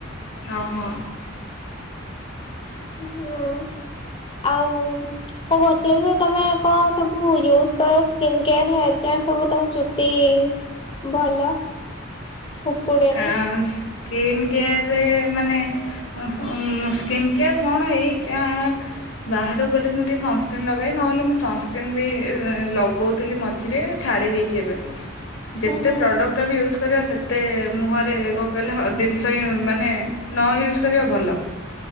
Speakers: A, on the left; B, on the left.
A: ଓହୋ।
B: ହୁଁ ଆଉ ହ ବଚାର ତମେ କଣ ସବୁ ୟୁଜ୍ କରସ୍? ସ୍କିନ୍ ହେୟାର୍ ହେୟାର୍ କେୟାର୍ ସବୁ ତମ ଚୁଟି ଭଲ। ଉପୁଡେନି
A: ହଁ ସ୍କିନ୍ କେୟାର୍ ରେ ମାନେ ଓହୋ ସ୍କିନ୍ କେୟାର କଣ ଏଇ ଯା ବାହାରକୁ ଗଲେ ମୁଁ ଟିକେ ସନସ୍କ୍ରିିନ ଲଗାଏ ନହେଲେ ମୁଁ ସନସ୍କ୍ରିନ ବି ଲଗଉଥିଲି ମ ମଝିରେ ଛାଡ଼ି ଦେଇଚି ଏବେ।
B: ହୁଁ।
A: ଯେତେ
B: ହୁଁ
A: ପ୍ରଡକ୍ଟ ବି ୟୁଜ୍ କରିବା ସେତେ ମୁହଁରେ କଣ କହିଲେ ଜିନିଷ ହିଁ ମାନେ ନ ୟୁଜ୍ କରିବା ଭଲ।